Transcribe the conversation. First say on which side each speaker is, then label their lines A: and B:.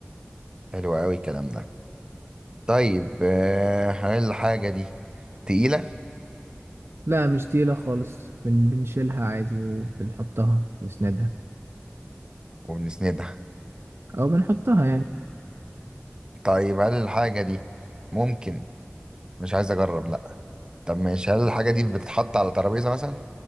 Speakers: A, on the right; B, on the right.
A: حلو قوي الكلام ده طيب آه، هل الحاجة دي تقيلة
B: لا مش تقيلة خالص بن بنشيلها عادي وبنحطها نسندها
A: وبنسندها
B: او بنحطها يعني
A: طيب هل الحاجة دي ممكن مش عايز اجرب لا طب ماشي هل الحاجة دي بتتحط على ترابيزة مثلا